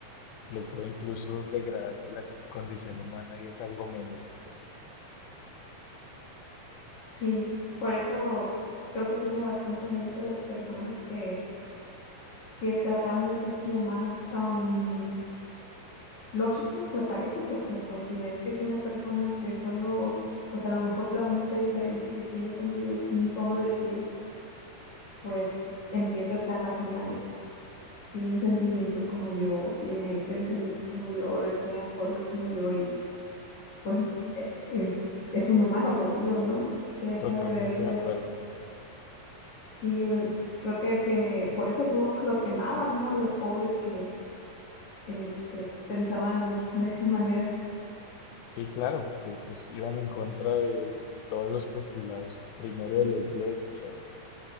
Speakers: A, on the left (about 80°); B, on the left (about 45°).
A: lo puedo incluso degradar de la condición humana y es algo menos, ¿no?
B: Sí, por eso creo que tiene bastante mérito las personas que, que trataban de ser como más am, lógicas, me parece, porque pues si ves que es una persona que solo, pues a lo mejor la única diferencia que tiene contigo es un tono de piel, pues empiezas a razonar y dices, pues, tiene sentimientos como yo, tiene pensamientos como yo, desea cosas como yo y pues eh, es un humano como yo, ¿no? Que deja
A: Totalmente
B: de verlos.
A: de acuerdo.
B: Sí, me- creo que, que por eso luego los quemaban, ¿no? A los pobres que este, pensaban de esa manera.
A: Sí, claro, porque pues iban en contra de, de todos los postulados, primero de la iglesia y